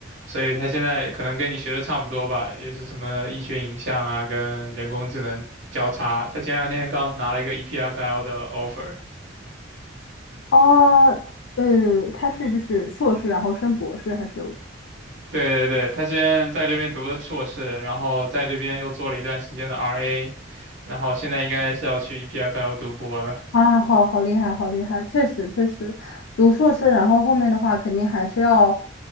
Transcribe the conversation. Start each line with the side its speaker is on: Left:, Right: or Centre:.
Right: 所以他现在可能跟你学的差不多吧，也是什么医学影像啊，跟人工智能交叉。他前两天刚拿了一个 EPFL 的 offer。
Left: 哦，呃，他是就是硕士，然后升博士，还是？
Right: 对对对，他先在这边读的硕士，然后在这边又做了一段时间的 RA，然后现在应该是要去 EPFL 读博了。
Left: 啊，好好厉害，好厉害，确实确实，读硕士，然后后面的话肯定还是要，